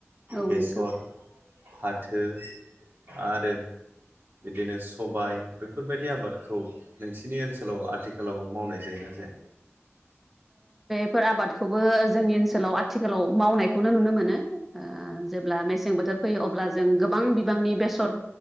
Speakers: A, in the centre; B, on the right (about 45°).
A: औ
B: बेसर,
A: नोंथां
B: फाथो आरो बिदिनो सबाय बेफोरबायदि आबादखौ नोंसिनि ओनसोलाव आथिखालाव मावनाय जायो ना जाया?
A: फोर आबादखौबो जोंनि ओनसोलाव आथिखालाव मावनायखौनो नुनो मोनो जेब्ला मेसें बोथोर फैयो अब्ला जों गोबां बिबांनि बेसर